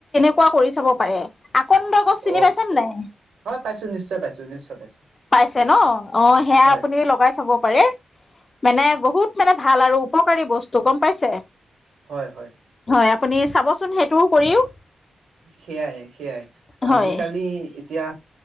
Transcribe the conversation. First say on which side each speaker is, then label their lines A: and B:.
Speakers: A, on the left; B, on the right.
A: কুৱা কৰি চাব পাৰে আকন্দ গছ
B: অ
A: চিনি পাইছেনে নাই?
B: হয় পাইছো নিশ্চয় পাইছো নিশ্চয় পাইছো
A: পাইছে ন, অ সেয়া
B: হয়
A: আপুনি লগাই চাব পাৰে। মানে বহুত মানে ভাল আৰু উপকাৰী বস্তু গম পাইছে?
B: হয়, হয়।
A: হয় আপুনি চাবচোন সেইটোও কৰিও।
B: সেইয়াই-সেইয়াই
A: হয়
B: আজিকালি এতিয়া